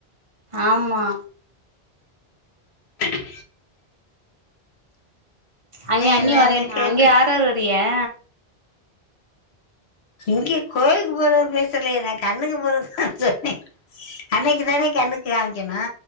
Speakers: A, on the right; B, on the left.
A: ஆமா
B: தெர்டி
A: அங்க அண்ணி
B: என்னன்னு
A: வரேனா
B: கேட்டு
A: அங்கே யார்யார் வரிகியா
B: இங்கே கோயிலுக்கு போறது பேசலயே நா கண்ணுக்கு போறதுதா சொன்னே அன்னைக்கு தானே கண்ணுக்கு காமிக்கணு